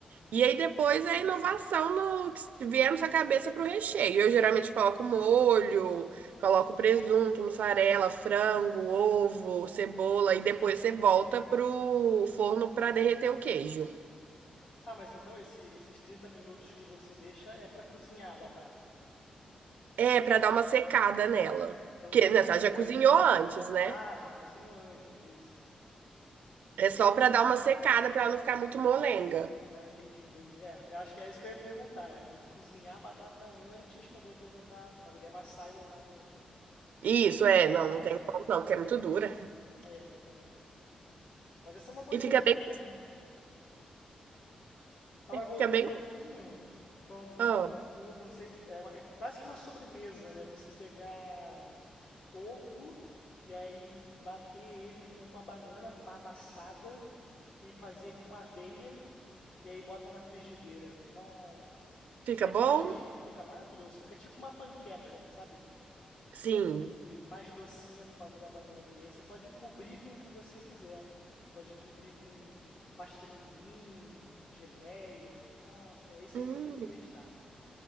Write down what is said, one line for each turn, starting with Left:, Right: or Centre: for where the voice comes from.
Right: E aí depois é a inovação no que vier na sua cabeça pro recheio. Eu geralmente coloco molho, coloco presunto, mussarela, frango, ovo, cebola, e depois você volta pro forno pra derreter o queijo.
Left: Ah, mas então esse- esses 30 minutos que você deixa é pra cozinhar a batata.
Right: É, pra dar uma secada nela.
Left: Ah, tá. Porque ela
Right: Porque
Left: não é
Right: né,
Left: cozida
Right: ela já cozinhou
Left: antes, não.
Right: antes, né?
Left: Ah, já cozinhou antes, isso.
Right: É só pra dar uma secada pra ela não ficar muito molenga.
Left: Não, entendi, entendi. É, eu acho que é isso que eu ia perguntar, né? Tem que cozinhar a batata antes pra poder botar, para poder amassar e botar no,
Right: Isso,
Left: no
Right: é,
Left: formato,
Right: não, não tem
Left: né?
Right: como não, porque é muito dura.
Left: É, exatamente, exatamente. Mas essa é uma boa
Right: E
Left: ideia
Right: fica bem,
Left: também. Agora,
Right: fica
Left: voltando
Right: bem,
Left: um pouquinho, falando do-
Right: ah,
Left: com, com ovo, não sei, é, uma- é quase que uma sobremesa, né? Você pegar ovo e aí bater ele com uma banana amassada e fazer com aveia e aí bota na frigideira. Nossa.
Right: fica
Left: Aí
Right: bom?
Left: pode, fica maravilhoso, fica tipo uma panqueca, sabe?
Right: Sim.
Left: só que mais docinha por causa da banana. E aí você pode cobrir com o que você quiser. Pode cobrir com pasta de amendoim, geleia. Nossa, esse
Right: Hum,
Left: aí você tem que testar.